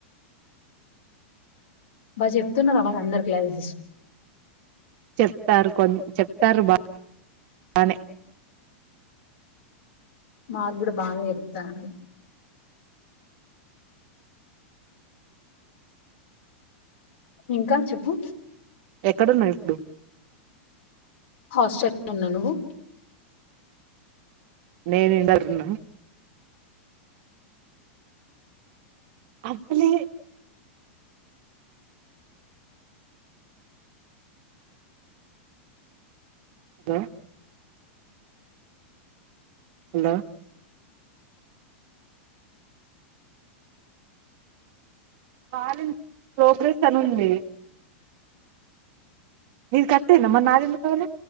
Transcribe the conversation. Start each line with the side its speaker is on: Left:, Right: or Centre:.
Left: బా చెప్తున్నార మరి అందరూ క్లాసెస్
Right: చెప్తారు కొ చెప్తారు బా బానే
Left: మాకు కూడా బానే చెప్తారు ఇంకా చెప్పు
Right: ఎక్కడున్నావ్ ఇప్పుడు
Left: హాస్టల్ లో ఉన్నా నువ్వు
Right: నేను ఇందర్ఉన్న అదులే అద హలో వాలిన్ ప్రోగ్రెస్ అని ఉంది నిధి కట్టిన్రూ మర్ నది ఎందుక్ కలె